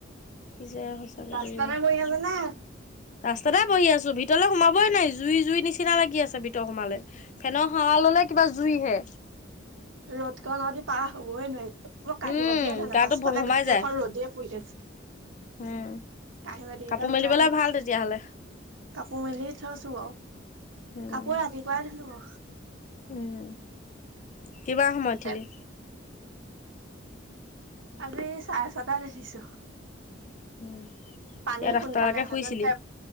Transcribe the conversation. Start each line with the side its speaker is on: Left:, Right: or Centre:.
Left: কিযে সঁচাকে
Right: ৰাস্তাতে
Left: <unintelligible>
Right: পৰি আছে নে
Left: ৰাস্তাতে বহি আছো ভিতৰলৈ সোমাবই নোৱাৰি জুই জুই নিচিনা লাগি আছে ভিতৰত সোমালে। ফেনৰ হাৱা ল'লে কিবা জুই হে।
Right: ৰ'দ ক'নদি পাৰ হ'বই নোৱাৰি। মই কাঁহী
Left: উম
Right: বাতিয়ে ধোৱা
Left: গাটো
Right: নাই পাছফালে
Left: ভম ভমাই
Right: গোটেইখন
Left: যায়
Right: ৰ'দে পৰি আছে।
Left: উম।
Right: কাঁহী বাটি
Left: কাপোৰ
Right: বিলাক
Left: মেলিবলে
Right: উঠোৱাই থৈ
Left: ভাল
Right: দিছে
Left: তেতিয়াহ'লে
Right: কাপোৰ মেলি থৈছো বাও
Left: উম
Right: কাপোৰ ৰাতিপুৱাই ধুলো ব
Left: উম কিমান সময়ত উঠিলি?
Right: বাৰু আজি চাৰে ছটাত উঠিছো।
Left: <inaudible>
Right: পানী
Left: ইয়াত আঠটালৈকে
Right: সোনকালে আহে
Left: শুইছিলি।
Right: যেন টেপ